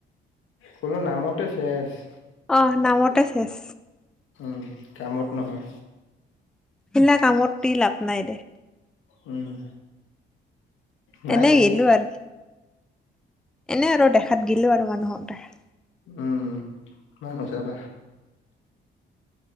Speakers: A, on the left; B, in the centre.
A: ফুলৰ নামতে শেষ
B: অহ নামতে শেষ।
A: উম, কামত নহয়।
B: শিগলা কামত দি লাভ নাই দে।
A: উম। নাই
B: এনে
A: নাই
B: গেলো আৰু, এনে আৰু দেখাত গেলো আৰু মানুহক দেখাই।
A: উম, নাই নাচাও দে।